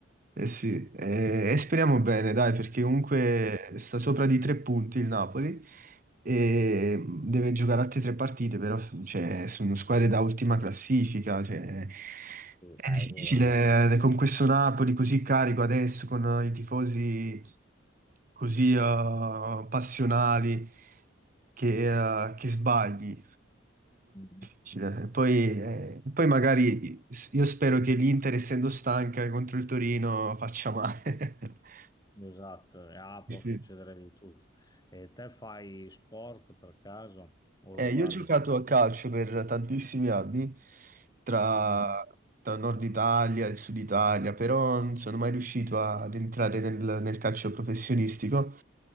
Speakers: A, on the right; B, on the left.
A: eh sì, eh, e speriamo bene, dai, perché comunque
B: Mm.
A: sta sopra di tre punti il Napoli e deve giocare altre tre partite, però s- cioè, sono squadre da ultima classifica, cioè,
B: Sì,
A: è
B: ah,
A: difficile
B: è vero, è vero.
A: eh, con questo Napoli così carico adesso, con i tifosi così eh, passionali che, eh, che sbagli.
B: Mhm.
A: Difficile. Poi, eh, poi magari io spero che l'Inter, essendo stanca contro il Torino, faccia male. <laughs>
B: Esatto, e, ah,
A: Sì.
B: può succedere di tutto. E te fai sport per caso o
A: Eh,
B: lo guardi
A: io ho giocato
B: solo?
A: a calcio per tantissimi anni, tra,
B: Mhm,
A: tra Nord Italia e Sud Italia, però non sono mai riuscito ad entrare nel, nel calcio professionistico.